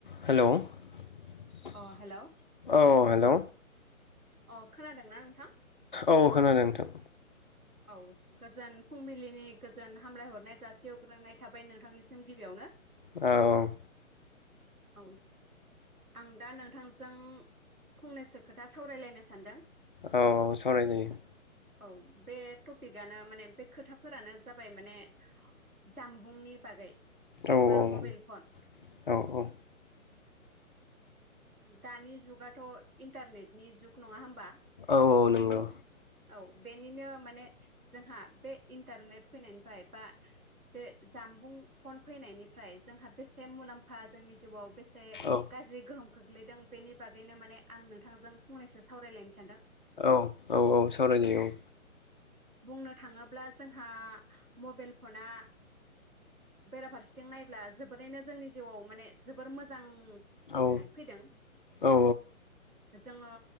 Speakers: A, on the left; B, on the right.
A: Hello <inaudible>
B: अ hello
A: औ hello
B: अ खोनादोंना नोंथां?
A: औ खोनादों नोंथां।
B: औ गोजोन फुंबिलिनि गोजोन हामलायहरनाय जासिहरग्रोनाय थाबाय नोंथांनिसिम गिबियावनो।
A: औ
B: औ आं दा नोंथांजों फंनैसो खोथा सावरायलायनो सानदों।
A: औ औ सावराय जायो।
B: औ बे टपिकआनो माने बे खोथाफोरानो जाबाय माने जामबुंनि बागै।
A: औ-औ
B: बा मबाइल फन
A: औ-औ।
B: दानि जुगाथ' इन्टारनेटनि जुग नङा होमबा?
A: औ-औ नोंगौ।
B: औ बेनिनो माने जोंहा बे इन्टारनेट फैनायनिफ्राय बा बे जामबुं फन फैनायनिफ्राय जोंहा बेसे मुलाम बा जोंनि जिउआव बेसे
A: औ
B: गाज्रि गोहोम। <unintelligible> लैदों बेनि बागैनो माने आं नोंथांजों फंनैसो सावरायलायनोसै।
A: औ औ-औ सावरायज्लायो औ।
B: बुंनो थाङोब्ला। जोंहा मबेल फना बेराफारसेथिं नायब्ला जोबोरैनो जोंनि जिउआव माने जोबोर मोजां।
A: औ।
B: नै फैदों
A: औ
B: <unintelligible> जोंङो